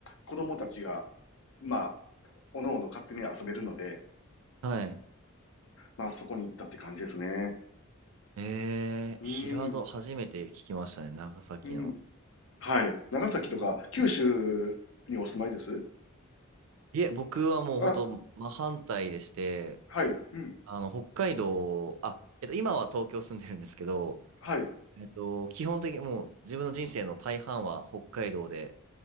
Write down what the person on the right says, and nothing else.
はい。
ええー、
平戸、初めて聞きましたね。長崎の。
うん
いえ、僕はもう本当、
真反対でして、
あの、北海道、あ、えっと、今は東京住んでるんですけど、
えっと、基本的にもう自分の人生の大半は北海道で